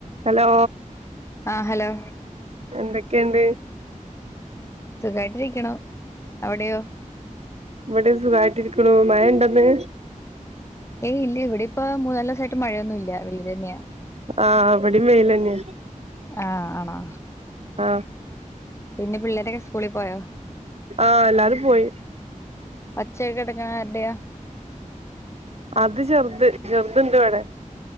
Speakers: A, on the right; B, on the left.
A: Hello
B: ആഹ് hello
A: എന്തെക്കെ ഇണ്ട്?
B: സുഖായിട്ട് ഇരിക്കുണു. അവിടെയോ?
A: ഇവിടിം സുഖമായിട്ട് ഇരിക്കുണു. മഴ ഇണ്ടോ ഇന്ന്?
B: ഏയ് ഇല്ല ഇവിടി ഇ പ്പം മൂന്നാല് ദിവ്സായിട്ട് മഴയൊന്നും ഇല്ല വെയ്ലെന്നെയാ
A: ആഹ് ഇവിടേം വെയിലന്നെയാ
B: ആഹ് ആണോ?
A: ആഹ്
B: പിന്നെ പിള്ളേരൊക്കെ സ്കൂളി പോയോ?
A: ആഹ് എല്ലാരും പോയി.
B: ഒച്ചയൊക്കെ കേട്ട്ക്ക്ണ ആര്ടെയാ?
A: അത് ചെറ്ത് ചെറ്ത് ഇണ്ട് ഇവെടെ